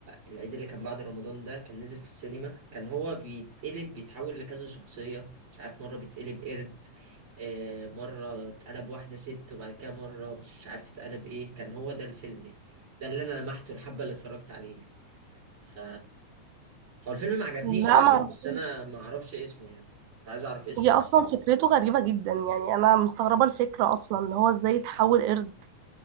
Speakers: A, on the right; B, on the right.
A: العيد اللي كان بعد رمضان ده كان نزل في السينما كان هو بيتقلب بيتحول لكذا شخصية مش عارف مرة بيتقلب قرد آه، مرة اتقلب واحدة ست وبعد كده مرة مش عارف اتقلب ايه كان هو ده الفيلم ده اللي انا لمحته الحبة اللي اتفرجت عليه ف هو الفيلم ما عجبنيش
B: لا
A: اصلا
B: ما اعرفوش
A: بس انا ما اعرفش اسمه يعني كنت عايز اعرف اسمه
B: هي اصلا
A: بس
B: فكرته غريبه جدا يعني انا مستغربه الفكره اصلا ان هو ازاي يتحول قرد